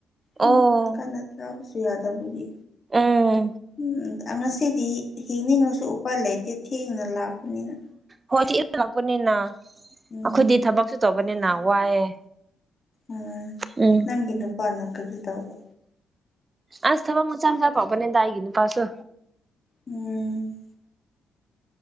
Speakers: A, on the right; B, on the left.
A: ꯑꯣ
B: ꯎꯝ ꯀꯟꯅ ꯊꯥꯕꯁꯨ ꯌꯥꯗꯕꯒꯤ
A: ꯎꯝ
B: ꯎꯝ ꯉꯁꯤꯗꯤ ꯍꯤꯡꯅꯤꯡꯉꯁꯨ ꯎꯄꯥꯏ ꯂꯩꯇꯦ ꯊꯦꯡꯅ ꯂꯥꯛꯄꯅꯤꯅ
A: ꯍꯣꯏ ꯊꯦꯡꯅ ꯂꯥꯛꯄꯅꯤꯅ
B: ꯎꯝ
A: ꯑꯩꯈꯣꯏꯗꯤ ꯊꯕꯛꯁꯨ ꯇꯧꯕꯅꯤꯅ ꯋꯥꯏꯑꯦ
B: ꯎꯝ
A: ꯎꯝ
B: ꯅꯪꯒꯤ ꯅꯨꯄꯥꯅꯥ ꯀꯔꯤ ꯇꯧꯕꯣ
A: ꯑꯁ ꯊꯕꯛ ꯃꯆꯥ ꯃꯆꯥꯝꯆꯥꯥ ꯐꯥꯎꯕꯅꯤꯗꯥ ꯑꯩꯒꯤ ꯏꯄꯥꯁꯁꯨ
B: ꯎꯝ